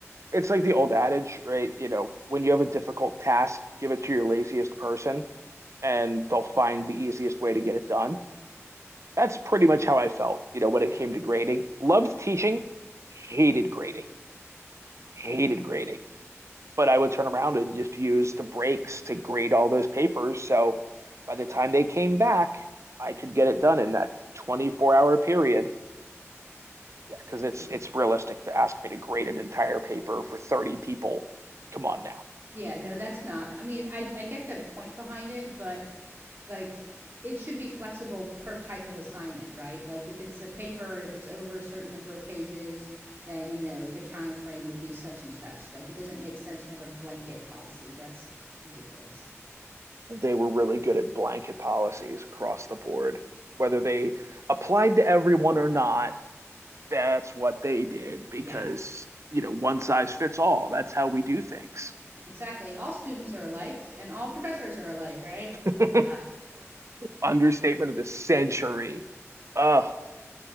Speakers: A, on the right; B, on the right.
A: it's like the old adage, right? You know, when you have a difficult task, give it to your laziest person and they'll find the easiest way to get it done. That's pretty much how I felt, you know, when
B: Yeah.
A: it came to grading. Loved teaching, hated grading, hated grading. But I would turn around and just use the breaks to grade all those papers. So by the time they came back, I could get it done in that 24 hour period. Yeah, because it's
B: Yeah.
A: it's realistic to ask me to grade an entire paper for 30 people. Come on now.
B: Yeah. No, that's not. I mean, I, I get the point behind it, but like it should be flexible per type of assignment, right? Like if it's a paper and if it's over a certain number of pages, then you know the time frame would be such and such. Like it doesn't make sense to have a blanket policy. That's ridiculous.
A: They were really good at blanket policies across the board. Whether they applied to everyone or not, that's what they did because,
B: Yeah.
A: you know, one size fits all. That's how we do things.
B: Exactly. All students are alike and all professors are alike, right?
A: <laughs>
B: Uh,
A: Understatement of the century. Oh,